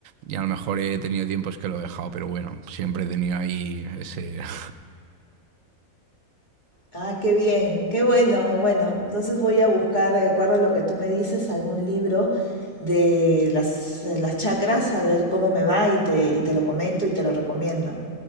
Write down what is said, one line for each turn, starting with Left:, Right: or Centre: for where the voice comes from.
Right: Y a lo mejor he tenido tiempos que lo he dejado, pero bueno, siempre he tenido ahí ese... <laughs>
Left: Ah, qué bien, qué bueno. Bueno, entonces voy a buscar, de acuerdo a lo que tú me dices, algún libro de las, de las chakras, a ver cómo me va y te, y te lo comento y te lo recomiendo.